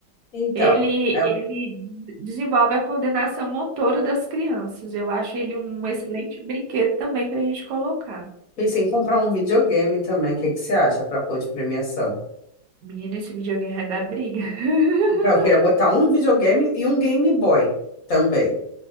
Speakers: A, on the left; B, on the right.
A: Então,
B: Ele,
A: é,
B: ele d- desenvolve a coordenação motora das crianças. Eu acho ele um excelente brinquedo também pra gente colocar.
A: Pensei em comprar um videogame também. O que que você acha para pôr de premiação?
B: Menino, esse videogame vai dar briga. <laughs>
A: Eu queria botar um videogame e um Game Boy também.